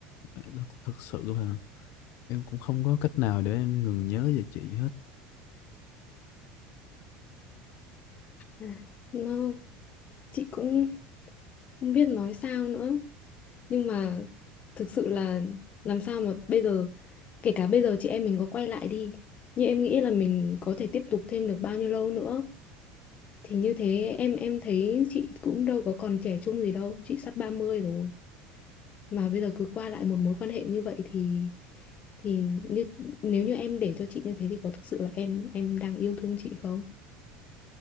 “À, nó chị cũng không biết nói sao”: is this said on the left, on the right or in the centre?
Left